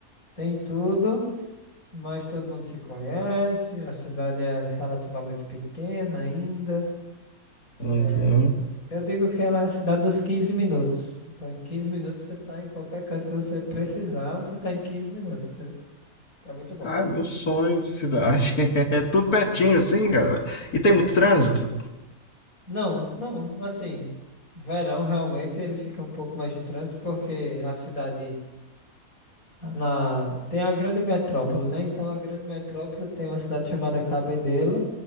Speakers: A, on the left; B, on the left.
A: Tem tudo, mas todo mundo se conhece. A cidade é relativamente pequena ainda.
B: Uhum.
A: É, eu digo que ela é a cidade dos 15 minutos. Então, em 15 minutos você tá em qualquer canto que você precisar, você tá em 15 minutos, entendeu? É muito bom.
B: Cara, meu sonho de cidade. <laughs> É tudo
A: É
B: pertinho
A: muito,
B: assim, cara. E tem muito
A: é muito.
B: trânsito?
A: Não, não, assim, verão realmente ele fica um pouco mais de trânsito porque a cidade na tem a grande metrópole, né? Então a grande metrópole tem uma cidade chamada Cabedelo,